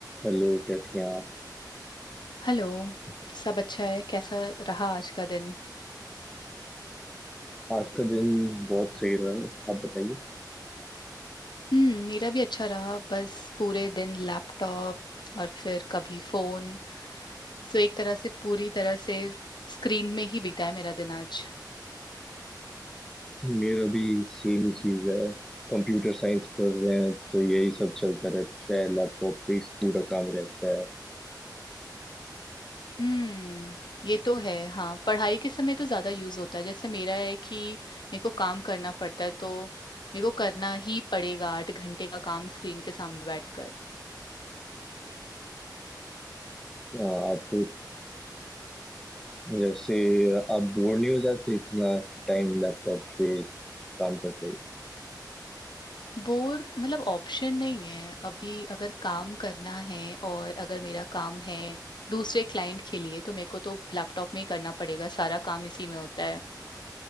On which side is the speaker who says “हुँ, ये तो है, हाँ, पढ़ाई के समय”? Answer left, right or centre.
Left